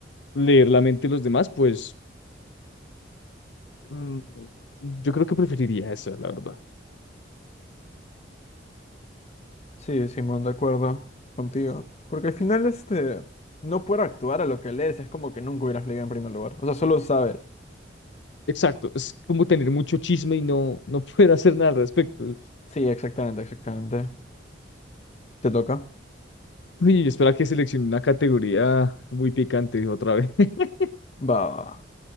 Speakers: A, on the left; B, on the left.
A: leer la mente de los demás, pues mm, yo creo que preferiría esa, la verdad.
B: Sí, Simón, de acuerdo contigo. Porque al final, este, no poder actuar a lo que lees es como que nunca hubieras leído en primer lugar. O sea, solo sabes.
A: Exacto, es como tener mucho chisme y no, no <laughs> poder hacer nada al respecto.
B: Sí, exactamente, exactamente. Te toca.
A: Uy, espera que seleccione una categoría muy picante otra vez. <laughs>
B: Va,